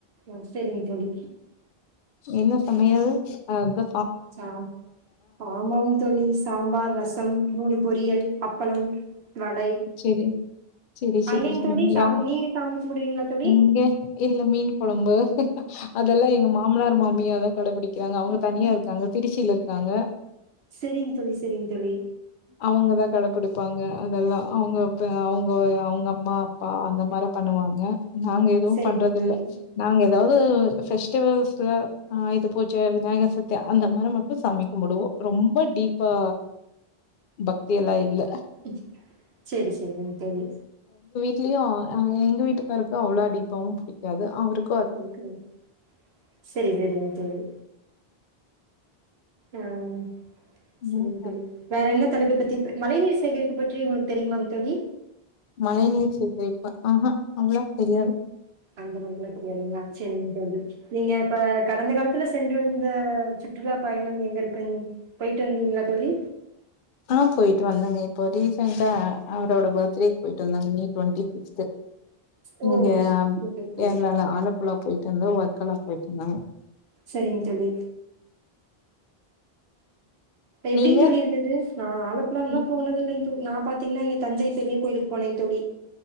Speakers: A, on the right (about 85°); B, on the left (about 60°).
A: ஆஹ் சரிங்க தோலி
B: என்ன சமையல் ஹான் தோ
A: சா ஆமாம் தோலி சாம்பார் ரசம் மூணு பொரியல் அப்பளம் வடை
B: செரி செரி செரி
A: அங்கேங்க
B: செரி
A: தோழி சாமி
B: யா
A: நீங்க சாமி கும்பிடுவீங்களா தோழி
B: இங்க இல்ல மீன் குலம்பு ச அதெல்லாம் எங்க மாமனார் மாமியாதான் கடைபிடிக் ருக்காங்க அவங்க தனியா இருக்காங்க திருச்சியில இருக்கங்க
A: சரிங்க தோழி சரிங்க தோழி
B: அவங்கதான் கடபிடிப் பாங் வப்பாங்க அதெல்லா அவங்க ப்ப அவங்க அம்மா அப்பா அந்த மார பண்ணுவாங்க நாங்க எதுவு
A: சரிங்க
B: ‌பண்றதில்ல
A: தோழி
B: நாங்க எதாவ் வு ஃபெஸ்டிவல்ஸ்ல ஆ இது போச்ச விநாயக சுத்தி அந்த மாரி மட்டு சமைக்கமடுவோ ரொம்ப டீப்பா பக்தி எல்லா இல்ல
A: <unintelligible> செரி செரிங்க தோழி
B: ட்லயு‌ எங்க வீட்டுக்காருக்கு அவ்ளோ டீப்பாவு புடிக்காது அவருக்
A: புடிக்காது செரி செரிங்க தோழி ம் செரிங்க
B: ம்.
A: தோழி வேற என்னத் தலைப்ப பத்தி ப மழை நீீர் சேகரிப்பு பற்றி உங்களுக்கு தெரியுமாங் தோழி
B: மழை நீர் சேகரிப்பு ஆஹா அவ்ளா தெரியாது
A: அந்த அளவுக்குலா தெரியாதுங்களா? சரிங்க தோழி. நீங்க இப்ப கடந்த காலத்துல சென்றிருந்த சுற்றுலா பயணம் எங்கருக்குன் போயிட்டு வந்திங்ளா தோழி
B: ஆ போயிட்டு வந்தேங்க இப்போ ரீசென்டா அவரோட பர்த்டேக்கு போயிட்டு வந்தேங்க மே ட்வெண்ட்டி ஃபிஃப்த்து
A: ஓ!
B: இங்க
A: சூப்பர் தோழி.
B: கேரளால ஆலப்புழா போயி டந்து‌ ஒர்க்கலா போய்ட்ருந்தாங்க
A: செரிங்க தோழி எப்டிங்
B: நீங்க
A: தோழி‌ இருந்தது நா ஆலப்புலால
B: நீ
A: போனதில்லைங் நா‌ பாத்தீங்கனா இங்க தஞ்சை பெரிய கோயிலுக் போனே தோழி